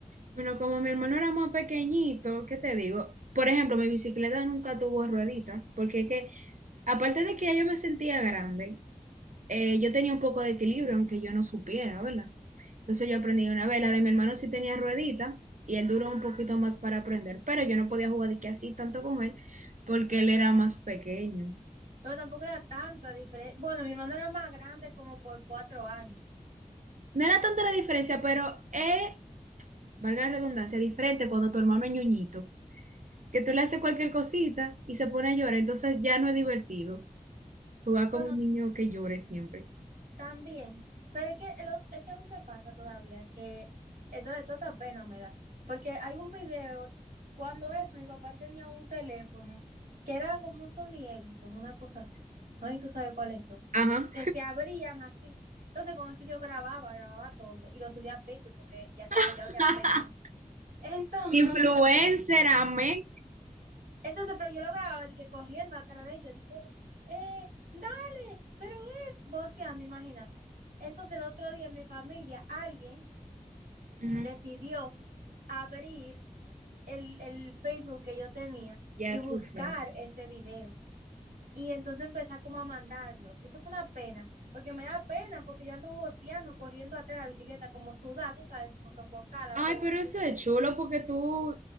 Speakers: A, on the right; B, on the right.
A: Bueno, como mi hermano era más pequeñito, ¿qué te digo? Por ejemplo, mi bicicleta nunca tuvo rueditas, porque es que, aparte de que ya yo me sentía grande, eh, yo tenía un poco de equilibrio, aunque yo no supiera, ¿verdad? Entonces yo aprendí una vez, la de mi hermano sí tenía ruedita, y él duró un poquito más para aprender, pero yo no podía jugar de que así tanto con él, porque él era más pequeño.
B: Pero tampoco era tanta diferencia. Bueno, mi hermano era más grande como por cuatro años.
A: No era tanta la diferencia, pero es, valga la redundancia, diferente cuando tu hermano es ñoñito, que tú le haces cualquier cosita y se pone a llorar, entonces ya no es divertido. jugar como
B: Bueno,
A: un niño que llore siempre.
B: También, pero es que, el ot- es que a mí me pasa todavía que esto de toda pena me da, porque hay un video, cuando eso, mi papá tenía un teléfono que era como un Sony Ericsson, una cosa así, ¿no? Y tú sabes cuáles son,
A: Ajá.
B: que se abrían así. Entonces con eso yo grababa, grababa todo y lo subía a Facebook porque ya, se,
A: <laughs>
B: ya había Facebook. Entonces,
A: Influencer,
B: <laughs>
A: amén.
B: Entonces, pero yo lo grababa, dije, corriendo atrás de ellos, dije, eh, dale, pero es voceando, imagínate. Entonces, el otro día en mi familia, alguien
A: Ujú,
B: decidió abrir el, el Facebook que yo tenía
A: Ya
B: y buscar
A: tú sabes.
B: ese video. Y entonces empezar como a mandarlo. Eso fue una pena, porque me da pena, porque yo ando voceando, corriendo atrás de la bicicleta, como sudada, tú sabes, como sofocada,
A: Ay,
B: pobre.
A: pero eso
B: Yo,
A: es chulo porque tú,